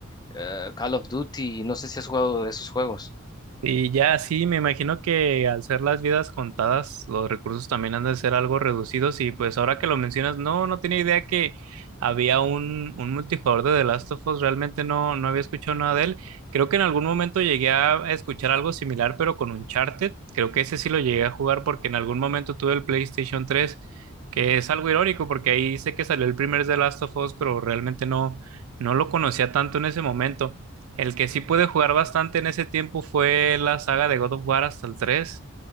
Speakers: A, on the left (about 20°); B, on the right (about 75°).
A: eh, Call of Duty. No sé si has jugado de esos juegos.
B: Y ya sí, me imagino que al ser las vidas contadas, los recursos también han de ser algo reducidos y pues ahora que lo mencionas, no, no tenía idea que había un, un multijugador de The Last of Us, realmente no, no había escuchado nada de él. Creo que en algún momento llegué a escuchar algo similar, pero con Uncharted, creo que ese sí lo llegué a jugar porque en algún momento tuve el PlayStation tres, que es algo irónico porque ahí sé que salió el primer The Last of Us, pero realmente no, no lo conocía tanto en ese momento. El que sí pude jugar bastante en ese tiempo fue la saga de God of War hasta el 3.